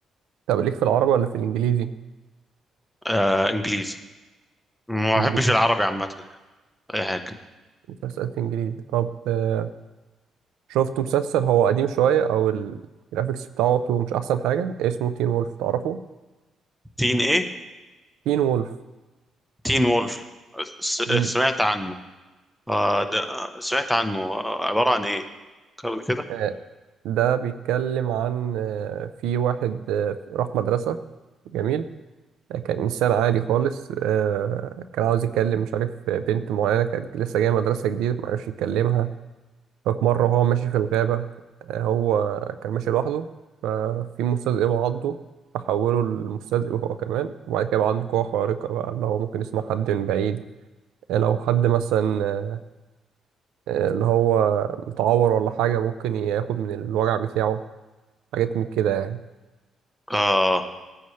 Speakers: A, on the right (about 85°); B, in the centre.
A: طب ليك في العربي ولا في الانجليزي
B: آه انجليزي ما
A: انجليزي
B: بحبش العربي عامه يعني. اي حاجه
A: مسلسلات انجليزي طب آه، شفت مسلسل هو قديم شويه او الجرافيكس بتاعته مش احسن حاجه اسمه تين وولف تعرفه
B: تين ايه
A: تين وولف
B: تين وولف س-
A: امم
B: سمعت عنه آه ده آه، سمعت عنه آه، عباره عن ايه كده كده
A: آه، ده بيتكلم عن آه، في واحد آه، راح مدرسة جميل آه، كان إنسان عادي خالص آه، كان عاوز يكلم مش عارف بنت معينة كانت لسه جاية مدرسة جديدة معرفش يكلمها ففي مرة هو ماشي في الغابة آه، هو كان ماشي لوحده ففي مستذئب عضه فحوله لمستذئب هو كمان وبعد كده بقى عنده قوة خارقة بقى اللي هو ممكن يسمع حد من بعيد آه، لو حد مثلا آه، آه، اللي هو متعور ولا حاجة ممكن ياخد من الوجع بتاعه حاجات من كده يعني
B: اه